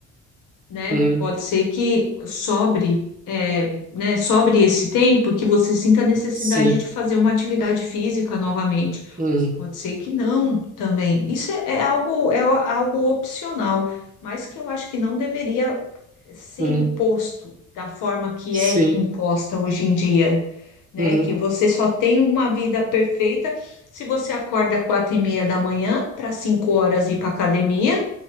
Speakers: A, on the left; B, on the right.
A: né?
B: uhum,
A: Pode ser que sobre, é, né, sobre esse tempo que você sinta a necessidade
B: sim,
A: de fazer uma atividade física novamente.
B: uhum,
A: Pode ser que não também. Isso é, é algo, é o- algo opcional, mas que eu acho que não deveria ser
B: uhum,
A: imposto da forma que
B: sim,
A: é imposta hoje em dia, né?
B: uhum,
A: Que você só tem uma vida perfeita se você acorda às quatro e meia da manhã para cinco horas ir para academia